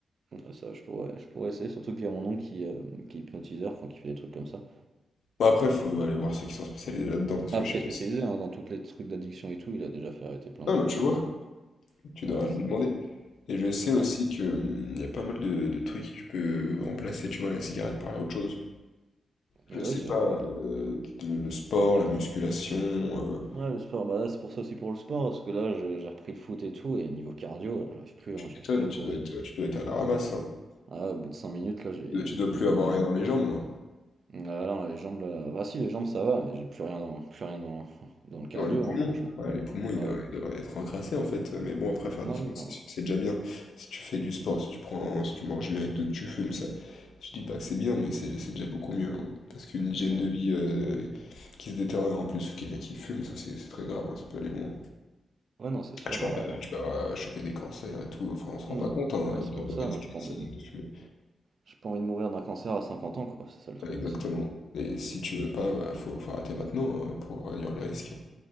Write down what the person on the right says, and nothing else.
Ouais, ça, je pourrais, je pourrais essayer. Surtout qu'il y a mon oncle qui, euh, qui est hypnotiseur, enfin, qui fait des trucs comme ça.
Après,
il est
spécialisé
hein, dans tous les trucs d'addiction et tout. Il a déjà fait arrêter plein
de gens,
je sais.
Ouais, ça
va.
Ouais,
franchement.
Ouais,
c'est
ouais.
Ouais, le sport, bah là, c'est pour ça aussi pour le sport, parce que là, j'ai j'ai repris le foot et tout, et niveau cardio, là, j'arrive plus, hein,
j'arrive
plus à
courir.
Ah, au bout de 5 minutes, là, j'ai les
poumons
en
Ah non, les jambes là. Ah si, les jambes ça va, mais j'ai plus rien dans, plus rien dans, <laughs> dans le cardio,
hein, franchement.
Ouais.
Ouais,
oui, non.
Ouais,
ouais non, c'est sûr,
bah
non.
Hmm.
Ouais, c'est
pour
ça,
hein, j'ai
pas envie
de...
j'ai pas envie de mourir d'un cancer à 50 ans, quoi, c'est ça le truc
aussi.